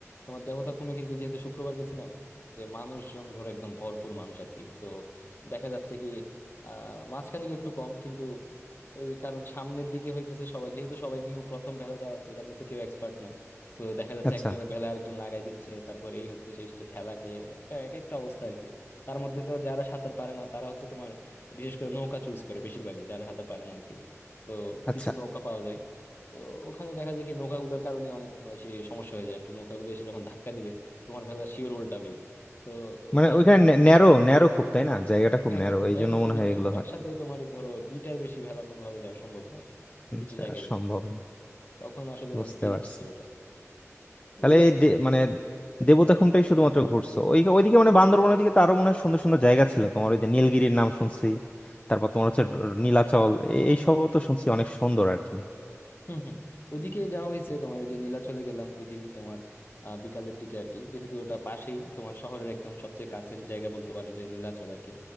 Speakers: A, on the left; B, on the left.
A: তোমার দেবতা খুমে কিন্তু যেহেতু শুক্রবার গেছিলাম যে মানুষজন ধরো একদম ভরপুর মানুষ আর কি তো দেখা যাচ্ছে কি আহ মাঝখানে গিয়ে একটু কম কিন্তু ওই কারণ সামনের দিকে হইতেছে সবাই যেহেতু সবাই নিউ প্রথম ভেলা চালাচ্ছে এখানে তো কেউ এক্সপার্ট না তো দেখা যাচ্ছে
B: আচ্ছা
A: একজনের ভেলা আরেকজন লাগাই দিচ্ছে তারপর এই হচ্ছে সেই হচ্ছে ঠেলা খেয়ে একটা এক একটা অবস্থা আর কি তার মধ্যে তো যারা সাঁতার পারে না তারা হচ্ছে তোমার বিশেষ করে নৌকা চুজ করে বেশিরভাগই যারা সাঁতার পারে না আর কি তো
B: আচ্ছা
A: কিছু নৌকা পাওয়া যায় তো ওখানে দেখা যায় কি নৌকাগুলোর কারণে অনেক বেশি সমস্যা হয়ে যায় আর কি নৌকাগুলো এসে যখন ধাক্কা দিবে তোমার ভেলা শিওর উল্টাবেই তো
B: মানে
A: ওটা
B: ওইখানে
A: আসলে
B: ন্যারো ন্যারো খুব তাই না জায়গাটা খুব
A: হ্যাঁ
B: ন্যারো
A: হ্যাঁ
B: এই
A: জায়গাটা
B: জন্য
A: খুবই
B: মনে হয়
A: ন্যারো
B: এগুলো হয়
A: একসাথে তোমার ধরো দুইটার বেশি ভেলা কোনোভাবে যাওয়া সম্ভব না আর কি,
B: আচ্ছা,
A: কিছু জায়গায়
B: সম্ভব
A: গিয়ে
B: না
A: তখন আসলে
B: বুঝতে
A: মানে পেন
B: পারছি
A: করতে এটা
B: তাহলে
A: এগুলো
B: এই দে- মানে দেবতা খুমটাই শুধুমাত্র ঘুরছো ওই ওইদিকে মানে বান্দরবনের দিকে তো আরো মনে হয় সুন্দর সুন্দর জায়গা ছিল তোমার ওই যে নীলগিরির নাম শুনছি তারপর তোমার হচ্ছে নীলাচল এই- এইসবও তো শুনছি অনেক সুন্দর আর কি
A: হুম হুম ওদিকে যাওয়া হয়েছে তোমার ওই যে নীলাচলে গেলাম ওই দিনই তোমার আহ, বিকালের দিকে আর কি যেহেতু ওটা পাশেই তোমার শহরের একদম সবচেয়ে কাছের জায়গা বলতে পারো যে নীলাচল আর কি